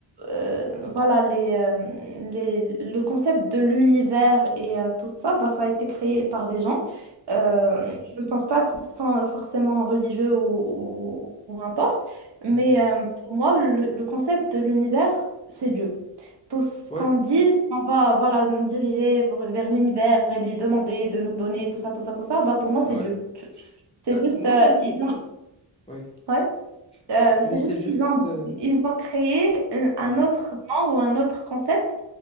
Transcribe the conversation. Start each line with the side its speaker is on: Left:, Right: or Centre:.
Right: euh, voilà, les, euh, les- le concept de l'univers et euh, tout ça, bah, ça a été créé par des gens. Euh,
Left: Ouais.
Right: je ne pense pas qu'ils sont forcément religieux ou, ou, ou importe, mais
Left: Mhm.
Right: euh, pour moi, le, le concept de l'univers, c'est Dieu. Tout ce
Left: Ouais.
Right: qu'on dit, on va voilà, nous diriger vers vers l'univers et lui demander de nous donner tout ça, tout ça, tout ça, bah, pour moi, c'est
Left: Ouais.
Right: Dieu. C'est
Left: Euh,
Right: juste,
Left: non,
Right: euh,
Left: mais c'est
Right: ils ont,
Left: Oui.
Right: ouais, euh,
Left: Non, mais
Right: c'est
Left: c'est
Right: juste
Left: juste.
Right: qu'ils ont,
Left: euh,
Right: ils ont créé un, un
Left: ouais.
Right: autre nom ou un autre concept